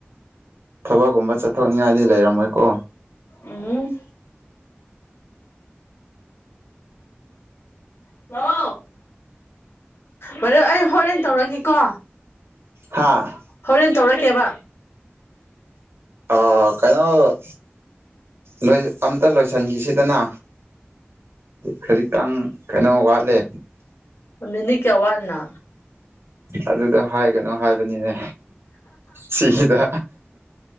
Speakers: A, on the right; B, on the left.
A: ꯊꯕꯛꯀꯨꯝꯕ ꯆꯠꯊꯣꯛꯅꯤꯡꯉꯥꯏꯗꯤ ꯂꯩꯔꯝꯃꯣꯏꯀꯣ
B: ꯎꯝ <inaudible> ꯕꯔꯗꯔ ꯑꯩ ꯍꯣꯔꯦꯟ ꯇꯧꯔꯒꯦꯀꯣ
A: ꯍꯥꯥ
B: ꯍꯣꯔꯦꯟ ꯇꯧꯔꯛꯀꯦꯕ
A: ꯑ ꯀꯩꯅꯣ ꯅꯣꯏ ꯑꯝꯇ ꯂꯣꯏꯁꯤꯟꯈꯤꯁꯤꯗꯅ ꯈꯖꯤꯛꯇꯪ ꯀꯩꯅꯣ ꯋꯥꯠꯂꯦ
B: ꯃꯤꯅꯤꯠ ꯀꯌꯥ ꯋꯥꯠꯂꯤꯅꯣ
A: ꯑꯗꯨꯗ ꯍꯥꯏꯒꯅꯨ ꯍꯥꯏꯕꯅꯤꯅꯦ ꯁꯤꯒꯤꯗ